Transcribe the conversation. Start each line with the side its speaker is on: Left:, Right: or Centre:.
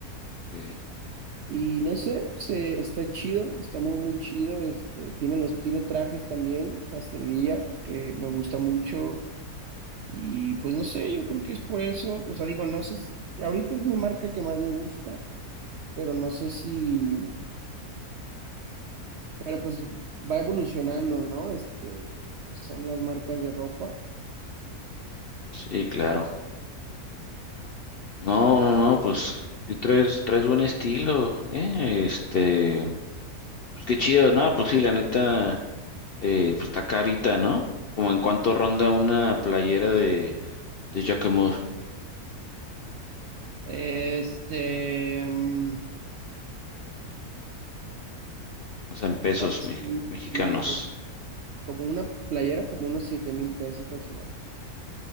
Left: ok.
Right: Y no sé, se, está chido, está muy, muy chido. Este, tiene los, tiene trajes también, sastrería, que me gusta mucho. Y pues no sé, yo creo que es por eso. O sea, digo, no sé si ahorita es mi marca que más me gusta. pero no sé si, pero pues va evolucionando, ¿no? Este, lo que son las marcas de ropa.
Left: Sí, claro. No, no, no, pues sí traes, traes buen estilo, ¿eh? Este, pues qué chido, ¿no? Pues sí, la neta, eh, pues está carita, ¿no? Como en cuánto ronda una playera de, de Jacquemus,
Right: Este, mm,
Left: o sea, en pesos
Right: pues,
Left: me-
Right: y-
Left: mexicanos.
Right: como una playera, como unos siete mil pesos más o menos.